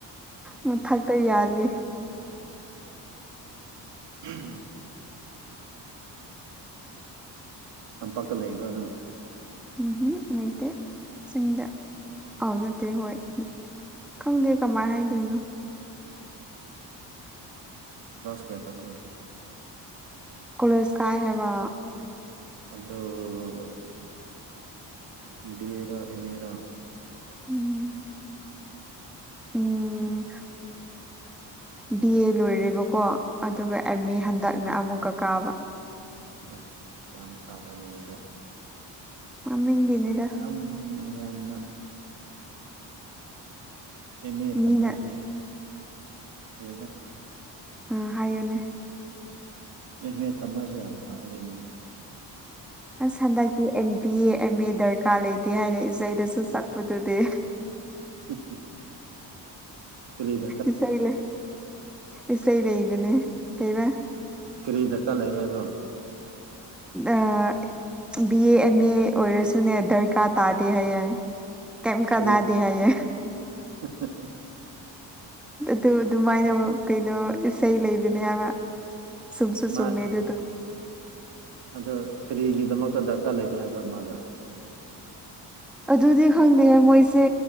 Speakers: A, in the centre; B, on the right.
A: ꯃꯊꯛꯇꯥ ꯌꯥꯜꯂꯤ
B: ꯎꯝ ꯇꯝꯄꯥꯛꯇꯥ ꯂꯩꯕ꯭ꯔꯥ ꯅꯪ
A: ꯎꯝ ꯍꯝ ꯂꯩꯇꯦ ꯆꯤꯡꯗ ꯑꯥꯎ ꯅꯠꯇꯦ ꯍꯣꯏ ꯈꯪꯗꯦ ꯀꯃꯥꯏ ꯍꯥꯏꯗꯣꯏꯅꯣ
B: ꯀ꯭ꯂꯥꯁ ꯀꯌꯥ ꯇꯝꯒꯦ
A: ꯀꯣꯂꯦꯖ ꯀꯥꯏ ꯍꯥꯏꯕ
B: ꯑꯗꯣ ꯕꯤ ꯑꯦ ꯔꯥ ꯑꯦꯝ ꯑꯦ ꯔꯥ
A: ꯎꯝ ꯎꯝ ꯕꯤ ꯑꯦ ꯂꯣꯏꯔꯦꯕꯀꯣ ꯑꯗꯨꯒ ꯑꯦꯝ ꯑꯦ ꯍꯟꯗꯛꯅ ꯑꯃꯨꯛꯀꯥ ꯀꯥꯕ
B: ꯑ ꯌꯥꯝ ꯐꯔꯦꯅꯦ ꯑꯗꯨꯗꯤ
A: ꯃꯃꯤꯡꯒꯤꯅꯤꯗ
B: ꯌꯥꯝ ꯌꯥꯝꯅ ꯑꯦꯝ ꯑꯦ
A: ꯃꯤꯅ
B: ꯇꯝ ꯃꯥꯁꯦ ꯀꯩꯕ
A: ꯑ ꯍꯥꯏꯌꯣꯅꯦ
B: ꯑꯦꯝ ꯑꯦ ꯇꯃꯁꯦ ꯌꯥꯝ ꯐꯕꯒꯤꯅꯤꯅꯦ
A: ꯑꯁ ꯍꯟꯗꯛꯇꯤ ꯑꯦꯝ ꯕꯤ ꯑꯦ ꯑꯦꯝ ꯃꯦ ꯗꯔꯀꯥꯔ ꯂꯩꯇꯦ ꯍꯥꯏꯅ ꯏꯁꯩꯗꯁꯨ ꯁꯛꯄꯗꯨꯗꯤ
B: <inaudible> ꯀꯔꯤꯗ
A: ꯏꯁꯩ ꯂꯩ ꯏꯁꯩ ꯂꯩꯕꯅꯦ ꯀꯩꯕ
B: ꯀꯔꯤ ꯗꯔꯀꯥꯔ ꯂꯩ ꯍꯥꯏꯕ꯭ꯔꯣ
A: ꯑꯥ ꯕꯤ ꯑꯦ ꯑꯦꯝ ꯑꯦ ꯑꯣꯏꯔꯁꯨꯅꯦ ꯗꯔꯀꯥꯔ ꯇꯥꯗꯦ ꯍꯥꯏ ꯌꯦ ꯀꯦꯝꯀꯅꯥꯗꯦ
B: ꯀꯔꯤ
A: ꯍꯥꯏꯌꯦ
B: <unintelligible>
A: ꯑꯗꯨ ꯑꯗꯨꯃꯥꯏꯅ ꯀꯩꯅꯣ ꯏꯁꯩ ꯂꯩꯕꯅꯦ ꯍꯥꯏꯕ ꯁꯨꯝꯁꯨꯨꯝ
B: ꯃꯥ
A: ꯆꯨꯃꯦꯗꯨꯗꯣ
B: ꯑꯗꯣ ꯀꯔꯤꯒꯤꯗꯃꯛꯇ ꯗꯔꯀꯥꯔ ꯂꯩꯇꯦ ꯍꯥꯏꯕ꯭ꯔꯥ ꯃꯥꯗꯣ
A: ꯑꯗꯨꯗꯤ ꯈꯪꯗꯦ ꯃꯣꯏꯁꯦ